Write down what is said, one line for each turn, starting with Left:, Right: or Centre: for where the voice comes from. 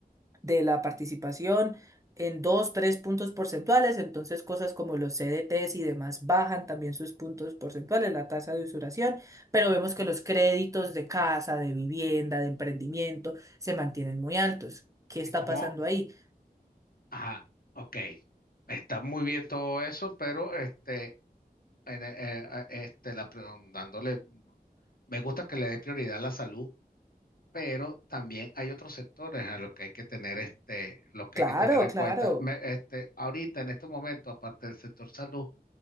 Right: de la participación en dos, tres puntos porcentuales, entonces cosas como los CDTs y demás bajan también sus puntos porcentuales, la tasa de usuración, pero vemos que los créditos de casa, de vivienda, de emprendimiento se mantienen muy altos. ¿Qué está
Left: ¿Y cómo?
Right: pasando ahí?
Left: Ajá, ok. Está muy bien todo eso, pero este, en- eh, eh, este, la, pre- dándole, me gusta que le dé prioridad a la salud, pero también hay otros sectores a los que hay que tener, este, los que
Right: Claro,
Left: hay que tener en
Right: claro.
Left: cuenta. Me- este, ahorita, en este momento, aparte del sector salud,